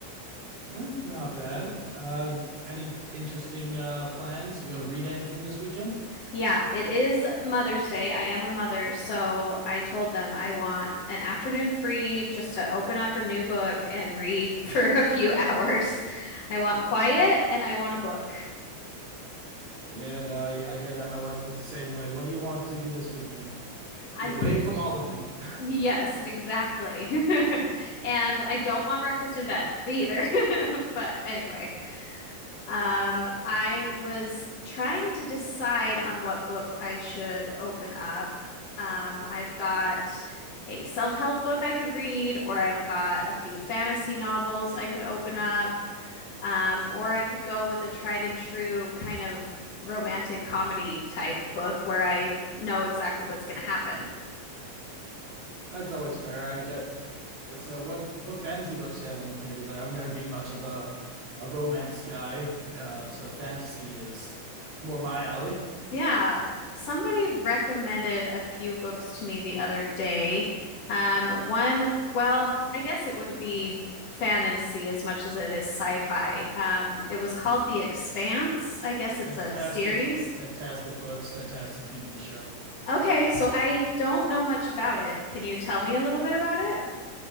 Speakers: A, on the right (about 70°); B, on the left (about 45°).
A: Eh, not bad. Uh, any interesting uh plans? You gonna read anything this weekend?
B: Yeah, it is Mother's Day. I am a mother, so I told them I want an afternoon free just to open up a new book and read <laughs> for a few hours. I want quiet and I want a book.
A: Yeah, no, I, I hear that. My wife was the same way. What do you want to do this weekend?
B: <laughs> I
A: Be away
B: th-
A: from all of you. <laughs>
B: yes, exactly. <laughs> And I don't want breakfast in bed either. <laughs> But anyway. Um, I was trying to decide on what book I should open up. Um, I've got a self-help book I could read, or I've got a few fantasy novels I could open up, um, or I could go with the tried and true kind of romantic comedy type book where I know exactly what's going to happen.
A: That's always fair. I guess. So what what fantasy books do you have on the table there? I've never been much of a a romance guy, uh, so fantasy is more my alley.
B: Yeah, somebody recommended a few books to me the other day. Um, one, well, I guess it wouldn't be fantasy as much as it is sci-fi. Um, it was called The Expanse. I guess it's
A: Fantastic,
B: a series.
A: fantastic books, fantastic TV show.
B: Okay, so I don't know much about it. Can you tell me a little bit about it?